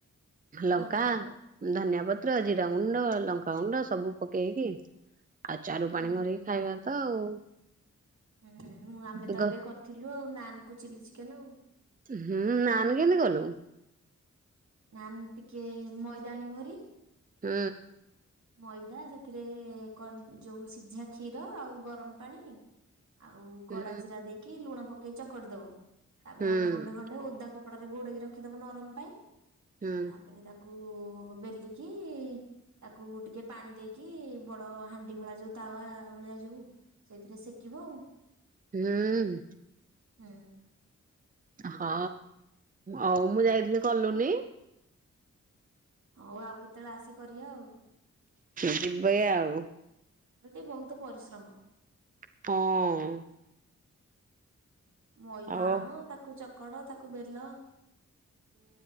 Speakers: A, on the right (about 30°); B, on the right (about 70°).
A: ଲଙ୍କା,
B: ଧନିଆ ପତ୍ର
A: ଧନିଆ ପ <unintelligible> ଲଙ୍କା ଗୁଣ୍ଡ ସବୁ ପକେଇକି ଆଉ ଚାରୁ ପାଣି
B: ହୁଁ
A: କରିକି ଖାଇବା ତ ଆଉ।
B: ହୁଁ ମୁଁ ଆମେ ତ
A: ଗ
B: ଏବେ କରିଥିଲୁ ଆଉ ନାନ୍ କୁ ଚିଲି ଚିକେନ୍ ଆଉ।
A: ହୁଁ ନାନ୍ କେମିତି କଲୁ?
B: ନାନ୍ ଟିକେ ମଇଦା ଆଣିବ ଭେରି
A: ହୁଁ।
B: ମଇଦା ସେଥିରେ କ ଯୋଉ ସିଝା କ୍ଷୀର ଆଉ ଗରମ ପାଣି ଆଉ
A: ହୁଁ
B: କଳା ଜିରା ଦେଇକି ଲୁଣ ପକେଇ ଚକଟି ଦବ ତାପରେ
A: ହୁଁ
B: ଅଧଘଣ୍ଟେ ଖଣ୍ଡେ ଓଦା କ କପଡ଼ାରେ ଘୋଡେଇକି ରଖିଦବ ନରମ ପାଇଁ
A: ହୁଁ
B: ତାପରେ ତାକୁ ବେଲିକି ତାକୁ କୁ ଟିକେ ପାଣି ଦେଇକି ବଡ ହାଣ୍ଡି ଭଳିଆ ଯୋଉ ତାୱା ଭଳିଆ ଯୋଉ ସେଇଥିରେ ସେକିବ ଆଉ।
A: ହୁଁ
B: ହୁଁ।
A: ହଁ ଆଉ ମୁଁ ଯାଇଥିଲି କଲୁନି
B: ହୋଉ ଆଉ କେତେବେଳେ ଆସେ କରିବା ଆଉ।
A: ଯିବେ ଆଉ।
B: କିନ୍ତୁ ବହୁତ ପରିଶ୍ରମ।
A: ହଁ।
B: ମଇଦା
A: ଆଉ
B: ଆଣ ତାକୁ ଚକଡ ତାକୁ ବେଲ